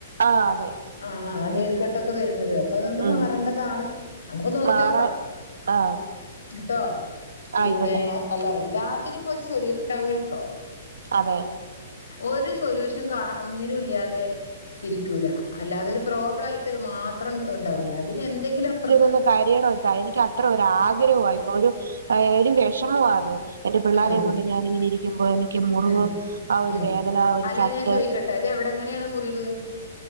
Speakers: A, on the right; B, on the left.
A: ആ അതെ
B: ആ നീർ കെട്ട് ട്ടൊക്കെ വര്ണത് അപ്പൊ അതുകൊണ്ട്
A: ഉം
B: മാറണ്ടതാണ് നമുക്ക് നോക്കി
A: മാറാൻ
B: ഓക്കാം
A: ആ
B: കേട്ടോ പിന്നെ
A: ആയിക്കോട്ടെ
B: അല്ല എല്ലാത്തിനും ഒരു സ്വലു ഉണ്ടാവോല്ലോ
A: അതെ
B: ഒരു സൊല്യൂഷൻ കാ ഒന്നിനും ഇല്ലാതെ ഇരിക്കൂല അല്ലാതെ ഒരു പ്രോബ്ലായിട്ട് മാത്രം ഇണ്ടാവൂല ഇതിനെന്തെങ്കിലും അപ്പ്റ
A: ഒന്ന് കരയണം ഇത്ത എനിക്ക് അത്ര ഒരു ആഗ്രഹായിപ്പൊ ഒരു ഏ ഒരു വെഷമുമാ അത് എന്റെ പിള്ളാരം
B: ഉം
A: കൊണ്ട് ഞാനിങ്ങനെ ഇരിക്കുമ്പോ എനിക്ക് മുറിവ്
B: ഉം
A: ആ ഒരു
B: ഉം
A: വേദന ആ ഒരു
B: അല്ല
A: ചട്ട്
B: ഞാൻ ചോദിക്കട്ടെ അത് എവിടെ എങ്ങനെയാണ് മുറിവ്